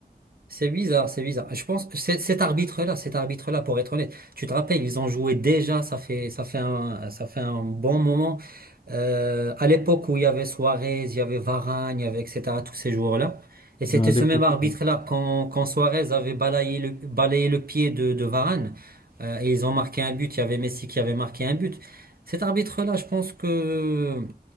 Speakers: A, on the right; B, on the left.
A: C'est bizarre, c'est bizarre. Je pense que c'est- cet arbitre-là, cet arbitre-là, pour être honnête, tu te rappelles, ils ont joué déjà, ça fait, ça fait un, ça fait un bon moment. Euh, à l'époque où il y avait Suarez, il y avait Varane, il y avait etc., tous ces joueurs-là. Et c'était
B: Mais à
A: ce
B: l'époque,
A: même arbitre-là,
B: <laughs>
A: quand, quand Suarez avait balayé le, balayé le pied de, de Varane, euh, et ils ont marqué un but, il y avait Messi qui avait marqué un but. Cet arbitre-là, je pense que,